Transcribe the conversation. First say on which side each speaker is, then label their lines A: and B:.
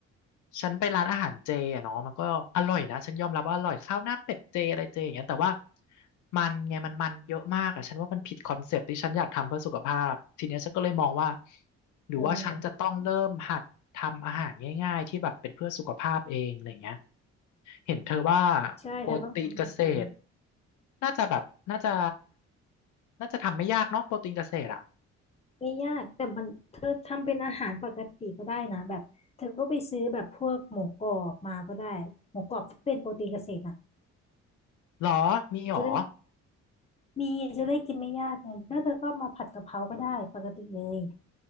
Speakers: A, on the left (about 75°); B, on the left (about 20°).
A: ฉันไปร้านอาหารเจอะเนาะมันก็อร่อยนะฉันยอมรับว่าอร่อยข้าวหน้าเป็ดเจอะไรเจอย่างเงี้ยแต่ว่ามันไงมันมันเยอะมากอะฉันว่ามันผิดคอนเซปต์ที่ฉันอยากทำเพื่อสุขภาพทีเนี้ยฉันก็เลยมองว่าหรือว่าฉันจะต้องเริ่มหัดทำอาหารง่ายๆที่แบบเป็นเพื่อสุขภาพเองอะไรเงี้ย
B: เออ
A: เห็นเธอว่า
B: ใช่เธอต้องทำหาเอง
A: โปรตีนเกษตรน่าจะแบบน่าจะน่าจะทำไม่ยากเนาะโปรตีนเกษตรอ่ะ
B: ไม่ยากแต่มันเธอทำเป็นอาหารปกติก็ได้นะแบบเธอก็ไปซื้อแบบพวกหมูกรอบมาก็ได้หมูกรอบที่เป็นโปรตีนเกษตรอ่ะ
A: หรอมีหรอ
B: จะได้ มีจะได้กินไม่ยากไงแล้วเธอก็มาผัดกะเพราก็ได้ปกติเลย